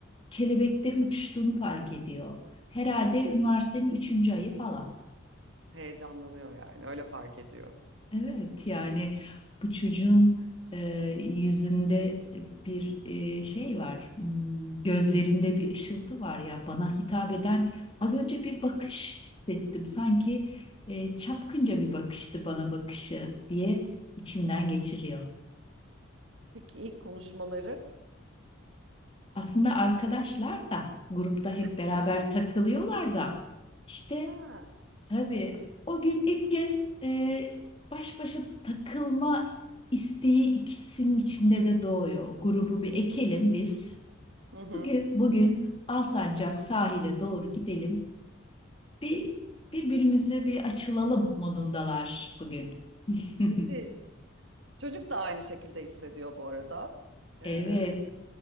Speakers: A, on the left; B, on the right.
A: kelebeklerin uçuştuğunu fark ediyor. Herhalde üniversitenin üçüncü ayı falan.
B: Heyecanlanıyor yani öyle fark ediyor.
A: Evet yani bu çocuğun e, yüzünde bir e, şey var, Hmm, gözlerinde bir ışıltı var ya bana hitap eden az önce bir bakış hissettim. Sanki e, çapkınca bir bakıştı bana bakışı diye içinden geçiriyor.
B: Peki ilk konuşmaları?
A: Aslında arkadaşlar da grupta hep
B: Ha.
A: beraber takılıyorlar da işte
B: Ha.
A: tabii o gün ilk kez e, baş başa takılma isteği ikisinin içinde de doğuyor. Grubu bir ekelim biz.
B: Hı hı.
A: Bugün bugün Alsancak sahile doğru gidelim. Bir birbirimize bir açılalım modundalar bugün. <laughs>
B: Müthiş. Çocuk da aynı şekilde hissediyor bu arada. Ee,
A: Evet.